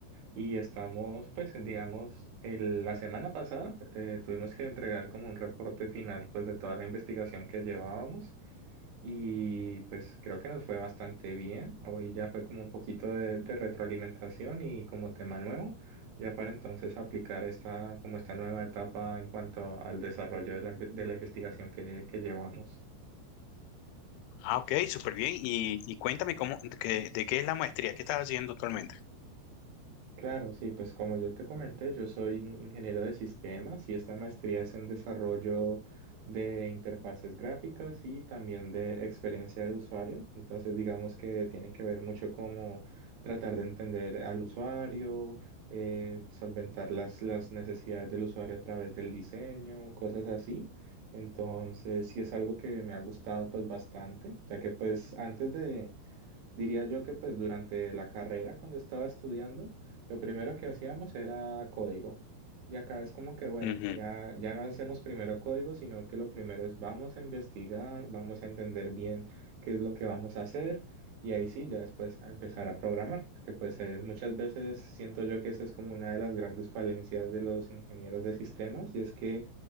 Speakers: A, on the right; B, on the left.
A: y estamos pues digamos, el- la semana pasada eh, tuvimos que entregar como un reporte final pues de toda la investigación que llevábamos. Y pues creo que nos fue bastante bien. Hoy ya fue como un poquito de, de retroalimentación y como tema nuevo, ya para entonces aplicar esta, como esta nueva etapa en cuanto al desarrollo de la, inve- de la investigación que, que llevamos.
B: Ah, ok, súper bien. Y, y cuéntame cómo, de, qué de qué es la maestría que estás haciendo actualmente.
A: Claro, sí, pues como yo te comenté, yo soy in- ingeniero de sistemas y esta maestría es en desarrollo de interfaces gráficas y también de experiencia de usuario. Entonces, digamos que tiene que ver mucho como tratar de entender al usuario, eh, solventar las, las necesidades del usuario a través del diseño, cosas así. Entonces, sí es algo que me ha gustado pues bastante, ya que pues antes de Diría yo que pues durante la carrera, cuando estaba estudiando, lo primero que hacíamos era código. Y acá es como que, bueno,
B: Ujú,
A: ya, ya no hacemos primero código, sino que lo primero es vamos a investigar, vamos a entender bien qué es lo que vamos a hacer y ahí sí, ya después a empezar a programar, porque pues es- muchas veces siento yo que esa es como una de las grandes falencias de los ingenieros de sistemas y es que